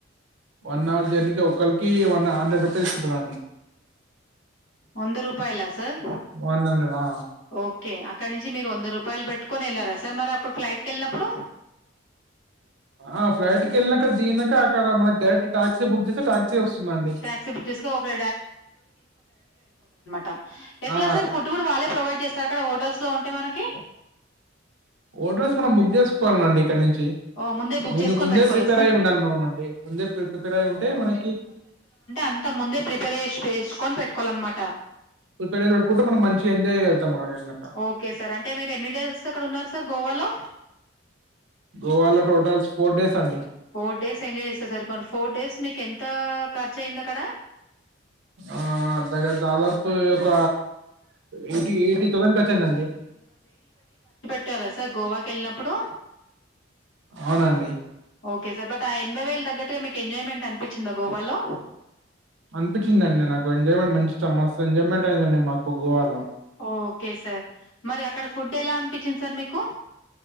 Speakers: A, on the right; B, on the left.
A: వన్ అవర్ జర్నీకి ఒకళ్రికి వన్ హండ్రెడ్ రూపీస్ ఉంటుందండి
B: వంద రూపాయలా సార్
A: వన్ హండ్రెడ్ ఆ
B: ఓకే అక్కడ నుంచి మీరు వంద రూపాయలు పెట్టుకొని వెళ్ళారా సార్ మరి అప్పుడు ఫ్లైట్ క వెళ్ళినప్పుడు
A: ఆ ఫ్లైట్ కి వెళ్ళినాక దీనక అక్కడ మనకి డైరెక్ట్ టాక్సీ బుక్ చేస్తే టాక్సీ వస్తుందండి
B: టాక్సీ బుక్ చేసుకో ఒక టా ఎట్లా
A: ఆ
B: సార్ ఫుడ్ కూడా వాళ్ళే ప్రొవైడ్ చేస్తారు అక్కడ హోటల్స్ లో ఉంటాయి మనకి
A: ఓడ్రల్స్ మనం బుక్ చేసుకోవాలండి ఇక్కడ నుంచి
B: ఓ ముందే బుక్
A: ముందు
B: చేసుకొని
A: ముందే
B: పెట్టుకోవాలా
A: ప్రిపేర్
B: సార్
A: అయి ఉండాలి మనం అండి ముందే ప్రిపేర్ అయి్య ఉంటే మనకి
B: అంతా ముందే ప్రిపరేషేసుకొని పెట్టుకోవాలన్నమాట
A: ప్రిపేర్ చేసి పెట్టుకుంటే మనం మంచిగా చేయగలుగుతాం అక్కడ
B: ఓకే సార్ అంటే మీరు ఎన్ని డేస్ అక్కడ ఉన్నారు సార్ గోవాలో
A: గోవాలో టోటల్ ఫోర్ డేస్ అండి
B: ఫోర్ డేస్ ఎంజాయ్ చేశారా సార్ మ ఫోర్ డేస్ మీకు ఎంత ఖర్చు అయింది అక్కడ
A: ఆ దగ్గర దాదాపుగా ఒక ఎయిటీ ఎయిటీ థౌసండ్ క నదండి
B: న్ట్టారా సార్ గోవాకెళ్ళినప్పుడు
A: ఔనండి
B: ఒకే సర్ బట్ ఆ ఎనభై వేల్ దగ్గట్టుగా మీకెంజాయ్మెంట్ అనిపించిద్దా గోవాలో
A: అనిపించిదండి నాకు ఎంజాయ్మెంట్ మంచి చ మస్తు ఎంజాయ్మెంట్ ఐందండి మాకు గోవాలో
B: ఓకె సార్ మరి అక్కడ ఫుడ్ ఎలా అనిపించింది సర్ మికూ